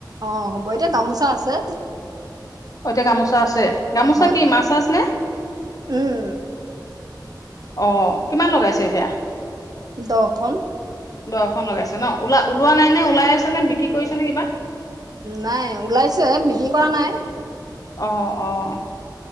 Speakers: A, on the right; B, on the left.
A: অ হ'ব এতিয়া গামোচা আছে।
B: এতিয়া গামোচা আছে? গামোচা
A: হয়
B: কি
A: হয়
B: মাছ চাছ নে?
A: উম
B: অ কিমান লগাইছে? দিয়া
A: দহখন
B: দহ খন লগাইছে ন ওলা ওলোৱা ন ওলাই আছে নে বিক্ৰী কৰিছে নে কিবা?
A: নাই ওলাইছে মিহি কৰা নাই।
B: অহ অ